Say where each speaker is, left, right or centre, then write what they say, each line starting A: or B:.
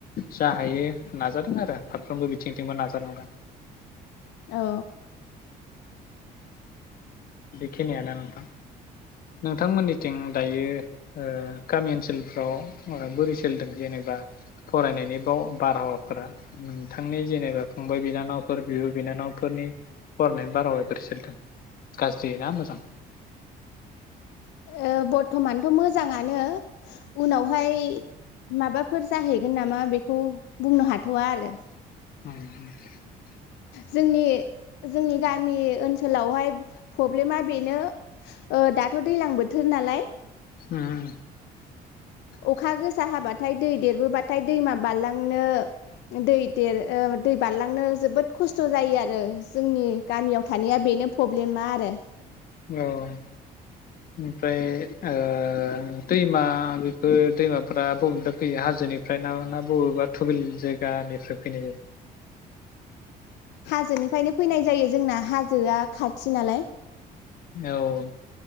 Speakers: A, on the left; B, on the left.
A: जा हायो नाजादों आरो फारफ्रोमबो बिथिंथिंबो नाजालांदों।
B: औ
A: बेखिनियानो नोंथां नोंथांमोननिथिं दायो ओ गामि ओनसोलफ्राव ओ बोरै सोलिदों जेनेबा फरायनायनि बाव बारहावाफोरा नोंथांनि जेनेबा फंबाय बिनानावफोर बिब' बिनानावफोरनि फरायनायनि बारहावाया बोरै सोलिदों? गाज्रि ना मोजां?
B: ओ बर्थमानथ' मोजाङानो उनावहाय माबाफोर जाहैगोन नामा बेखौ बुंनो हाथ'वा आरो
A: उम
B: जोंनि जोंनि गामि ओनसोलावहाय प्रब्लेमा बेनो ओ दाथ' दैलां बोथोर नालाय
A: उम
B: अखा गोसा हाबाथाय दै देरबोबाथाय दैमा बारलांनो दै देर दै बारलांनो जोबोद खस्थ' जायो आरो जोंनि गामियाव थानाया बेनो प्रब्लेमा आरो
A: औ ओमफ्राय ओ दैमा बेफोर दैमाफ्रा बबेनिफ्राया फैयो हाजोनिफ्राय ना बबेबा थुबिल जायगानिफ्राय फैनाय जायो?
B: हाजोनिफ्रायनो फैनाय जायो जोंना हाजोआ खाथि नालाय।
A: औ